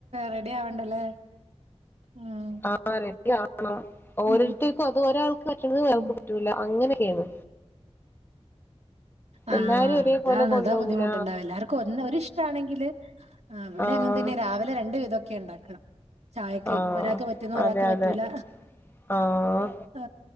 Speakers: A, on the right; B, on the left.
A: റെഡി ആവണ്ടല്ലേ ഉം
B: ആ റെഡി ആവണം ഓരോരുത്തേക്കും
A: ഉം
B: അത് ഒരാൾക്ക് പറ്റണത് ഒരാ
A: ഉം
B: ൾക്ക് പറ്റൂല്ല അങ്ങനെയൊക്കെയാണ്
A: ആഹ
B: എല്ലാരും ഒരേപോലെ
A: അതാ
B: കൊണ്ടോവൂല
A: അതാ ബുദ്ധിമുട്ടുണ്ടാവ. എല്ലർക്കും ഒന്ന് ഒരിഷ്ടമാണെങ്കില്. ആ അവിടെ
B: ആഹ്
A: അങ്ങനെ തന്നെ രാവിലെ രണ്ടു വിതം ഒക്കെ ഉണ്ടാക്ക. ചായക്ക്
B: ആഹ്
A: ഒരാൾക്ക് പറ്റുന്നത് ഒരാൾക്ക്
B: അതെ
A: പറ്റൂല
B: അതെ ആഹ്
A: ആ